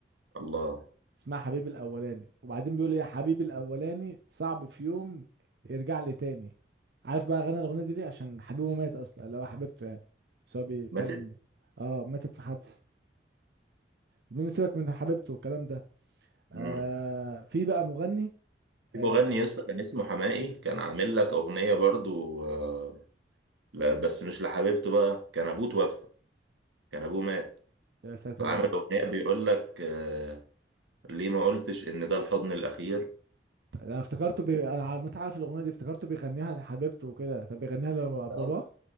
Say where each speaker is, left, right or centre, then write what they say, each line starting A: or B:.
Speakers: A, on the right (about 80°); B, on the right (about 60°).
A: الله
B: اسمها حبيبي الأولاني وبعدين بيقول إيه، يا حبيبي الأولاني صعب في يوم يرجع لي تاني عارف بقى غنى الأغنية دي ليه عشان حبيبه مات أصلا اللي هو حبيبته يعني بس هو بيتكلم
A: ماتت
B: اه ماتت في حادثة المهم سيبك من حبيبته والكلام ده آه
A: امم
B: في بقى مغني
A: في
B: آه
A: مغني يسطا كان اسمه حماقي كان عامل لك اغنيه برضو آه لا بس مش لحبيبته بقى كان ابوه توفى كان ابوه مات
B: يا ساتر
A: فعمل
B: يا رب
A: اغنيه بيقول لك آه ليه ما قلتش ان ده الحضن الاخير
B: انا افتكرته
A: و-
B: بي... انا عم- متعرف الاغنيه دي افتكرته بيغنيها لحبيبته وكده طب بيغنيها لباباه
A: ده